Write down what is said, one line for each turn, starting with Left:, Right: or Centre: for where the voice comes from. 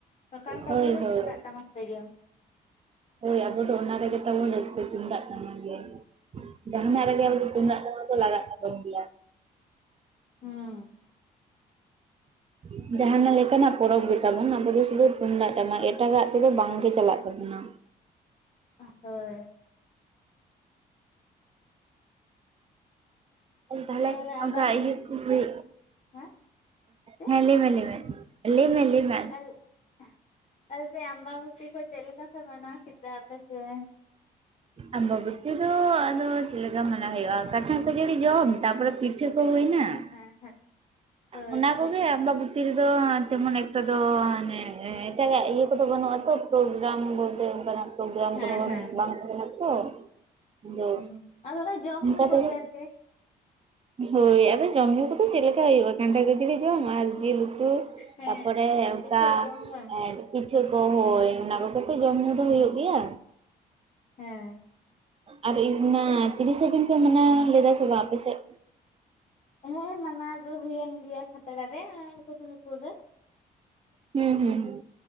Left: ᱵᱟᱠᱷᱟᱱ ᱛᱟᱵᱚ
Right: ᱦᱳᱭ
Left: ᱫᱚ
Right: ᱦᱳᱭ
Left: ᱛᱩᱢᱫᱟᱜ ᱴᱟᱢᱟᱠ ᱛᱮᱜᱮᱢ ᱾
Right: ᱦᱳᱭ ᱟᱵᱚ ᱫᱚ ᱚᱱᱟ ᱨᱮᱜᱮ ᱛᱟᱵᱚᱱ ᱨᱟᱹᱥᱠᱟᱹ ᱛᱩᱢᱫᱟᱜ ᱴᱟᱢᱟᱜ ᱜᱮ ᱾ ᱡᱟᱦᱟᱱᱟᱜ ᱨᱮᱜᱮ ᱟᱵᱚ ᱫᱚ ᱛᱩᱢᱫᱟᱜ ᱴᱟᱢᱟᱠ ᱫᱚ ᱞᱟᱜᱟᱜ ᱛᱟᱵᱚᱱ ᱜᱮᱭᱟᱢ ᱾
Left: ᱦᱩᱸ ᱾
Right: <inaudible> ᱡᱟᱦᱟᱸ ᱞᱮᱠᱟᱱᱟᱜ ᱯᱚᱨᱚᱵᱽ ᱜᱮ ᱛᱟᱵᱚᱱ ᱟᱵᱚ ᱫᱚ ᱥᱩᱫᱷᱩ ᱛᱩᱢᱫᱟᱜ ᱴᱟᱢᱟᱠ ᱮᱴᱟᱜᱟᱜ ᱛᱮᱫᱚ ᱵᱟᱝ ᱜᱮ ᱪᱟᱞᱟᱜ ᱛᱟᱵᱚᱱᱟ᱾ ᱾
Left: ᱦᱳᱭ ᱾
Right: ᱛᱟᱦᱚᱞᱮ
Left: ᱛᱟᱦᱞᱮ ᱟᱢᱵᱟᱵᱚᱛᱤ
Right: ᱚᱱᱠᱟ ᱤᱭᱟᱹ ᱦᱳᱭ᱾
Left: ᱦᱮᱸ ᱪᱮᱫ
Right: ᱦᱮᱸ ᱞᱟᱹᱭ ᱢᱮ, ᱞᱟᱹᱭ ᱢᱮ, ᱞᱟᱹᱭ ᱢᱮ, ᱞᱟᱹᱭ ᱢᱮ ᱾
Left: <inaudible> ᱟᱢᱵᱟᱵᱩᱛᱤ ᱠᱚ ᱪᱮᱫ ᱞᱮᱠᱟ ᱯᱮ ᱢᱟᱱᱟᱣ ᱠᱮᱫᱟ ᱟᱯᱮ ᱥᱮᱫ? <inaudible>
Right: ᱟᱢᱵᱟᱵᱩᱛᱤ ᱫᱚ ᱟᱫᱚ ᱪᱮᱫ ᱞᱮᱠᱟ ᱢᱟᱱᱟᱣ ᱦᱩᱭᱩᱜᱼᱟ, ᱠᱟᱱᱴᱷᱟᱲ ᱠᱷᱟᱹᱡᱟᱹᱲᱤ ᱡᱚᱢ ᱛᱟᱯᱚᱨᱮ ᱯᱤᱴᱷᱟᱹ ᱠᱚ ᱦᱩᱭᱱᱟ
Left: ᱦᱮᱸ
Right: ᱾
Left: ᱦᱮᱸ ᱦᱮᱸ ᱦᱳᱭ
Right: ᱚᱱᱟ ᱠᱚᱜᱮ ᱟᱢᱵᱟᱵᱩᱛᱤ ᱨᱮᱫᱚ ᱛᱮᱢᱚᱱ ᱮᱠᱴᱟ ᱫᱚ, ᱚᱱᱮ ᱮᱴᱟᱜᱟᱜ ᱤᱭᱟᱹ ᱠᱚᱫᱚ ᱵᱟᱹᱱᱩᱜᱼᱟ ᱛᱚ ᱾ ᱯᱨᱳᱜᱨᱟᱢ ᱵᱚᱞᱛᱮ ᱚᱱᱠᱟᱱᱟᱜ ᱯᱨᱳᱜᱨᱟᱢ
Left: ᱦᱮᱸ
Right: ᱠᱚᱫᱚ ᱡᱟᱱᱤᱡ
Left: ᱦᱮᱸ
Right: ᱵᱟᱝ ᱛᱟᱦᱮᱸ ᱠᱟᱱᱟ ᱛᱚ᱾ ᱟᱫᱚ
Left: ᱦᱩᱸ ᱟᱫᱚ ᱚᱱᱟ ᱡᱚᱢ
Right: ᱚᱝᱠᱟ
Left: ᱧᱩ ᱠᱚᱜᱮ
Right: ᱛᱮᱜᱮ᱾
Left: ᱟᱨᱠᱤ
Right: ᱦᱳᱭ ᱟᱫᱚ ᱡᱚᱢ ᱧᱩ ᱠᱚᱫᱚ ᱪᱮᱫ ᱞᱮᱠᱟ ᱦᱩᱭᱩᱜᱼᱟ ᱠᱟᱱᱴᱷᱟᱲ ᱠᱷᱟᱹᱡᱟᱹᱲᱤ ᱡᱚᱢ ᱟᱨ ᱡᱤᱞ ᱩᱛᱩ᱾
Left: ᱦᱮᱸ
Right: ᱛᱟᱯᱚᱨᱮ ᱚᱱᱠᱟ
Left: ᱯᱤᱴᱷᱟᱹ ᱠᱚ ᱵᱟᱝ
Right: ᱯᱤᱴᱷᱟᱹ ᱠᱚ ᱦᱳᱭ ᱚᱱᱟ ᱠᱚᱜᱮ᱾ ᱛᱚ ᱡᱚᱢ ᱧᱩ ᱫᱚ
Left: ᱦᱮᱸ
Right: ᱦᱩᱭᱩᱜ ᱜᱮᱭᱟ᱾
Left: ᱦᱮᱸ
Right: ᱟᱨ ᱤᱧ ᱢᱟ ᱛᱤᱨᱤᱥᱟ ᱡᱩᱱ ᱯᱮ ᱢᱟᱱᱟᱣ ᱞᱮᱫᱟ ᱥᱮ ᱵᱟᱝ ᱟᱯᱮ ᱥᱮᱫ?
Left: ᱦᱮᱸ ᱢᱟᱱᱟᱣ ᱫᱚ ᱦᱩᱭᱮᱱ ᱜᱮᱭᱟ ᱠᱷᱟᱛᱲᱟ ᱨᱮ ᱟᱨ ᱢᱩᱠᱩᱴᱢᱩᱱᱤᱯᱩᱨ ᱨᱮ᱾
Right: ᱦᱩᱸ ᱦᱩᱸ ᱦᱩᱸ᱾